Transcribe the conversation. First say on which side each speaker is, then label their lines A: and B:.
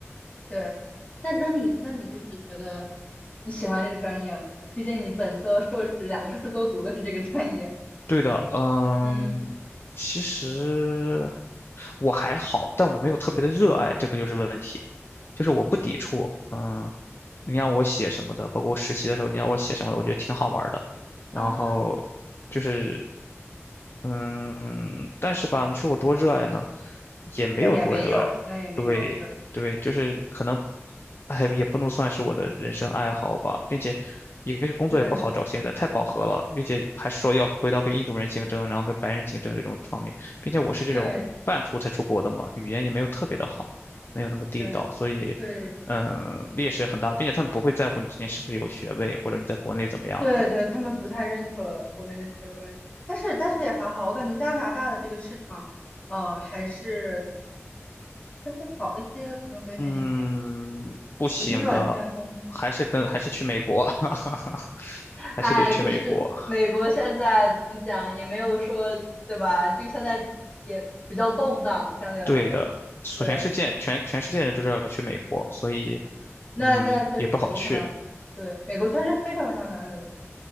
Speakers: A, on the left; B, on the left.
A: 对，那那你那你就是觉得你喜欢这个专业吗？毕竟你本科、硕士两个硕士都读的是这个专业。
B: 对的，嗯，
A: 嗯。
B: 其实我还好，但我没有特别的热爱，这个就是问题。就是我不抵触，嗯，你让我写什么的，包括我实习的时候，你让我写什么的，我觉得挺好玩儿的。
A: 啊，
B: 然后就是。嗯，但是吧，你说我多热爱呢，也没有多热爱。
A: 那也没有，那也没有，
B: 对，
A: 对
B: 对，就是可能，哎，也不能算是我的人生爱好吧，并且，一个是工作也不好找，
A: 对
B: 现在太饱和了，并且还说要回到跟印度人竞争，然后跟白人竞争这种方面，并且我是这种半途才出国的嘛，
A: 对
B: 语言也没有特别的好，没有那么地道，
A: 对
B: 所以，
A: 对
B: 嗯，劣势很大，并且他们不会在乎你之前是不是有学位，或者你在国内怎么样，
A: 对对，
B: 的。
A: 他们不太认可国内的学位，但是但是也还好，我感觉加拿大的这个市场，呃，还是这会好一些，可能北美那边，
B: 嗯，不行的，
A: 尤其是软件工，
B: 还是跟还是去美国，<laughs> 还是得去美国。
A: 哎，可是美国现在怎么讲也没有说，对吧？这个现在也比较动荡，相对来讲，
B: 对的，所全世界全全世界人都知道要去美国，
A: 对，
B: 所以
A: 那那确实美国可能，
B: 嗯也不好去。
A: 对，美国确实非常非常难留，